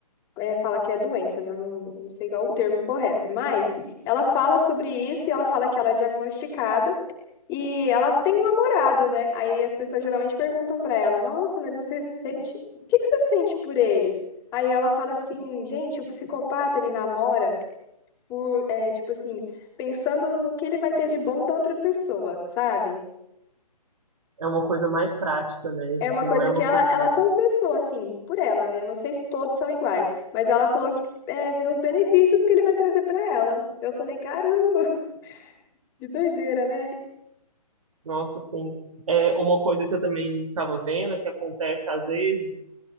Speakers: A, on the left; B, on the right.
A: é, falar que é doença, né? Eu não, não sei qual o termo correto, mas ela fala sobre isso e ela fala que ela é diagnosticada. E ela tem um namorado, né? Aí as pessoas geralmente perguntam pra ela: Nossa, mas você se sente. O que que você sente por ele? Aí ela fala assim: Gente, o psicopata ele namora por, é, tipo assim, pensando no que ele vai ter de bom da outra pessoa, sabe?
B: É uma coisa mais prática, né?
A: É
B: Tipo,
A: uma coisa
B: não é uma
A: que ela,
B: coisa
A: ela confessou, assim, por ela, né? Não sei se todos são iguais, mas ela falou que é, vê os benefícios que ele vai trazer pra ela. Eu falei: Caramba, <laughs> que doideira, né?
B: Nossa, sim. É uma coisa que eu também estava vendo, que acontece às vezes,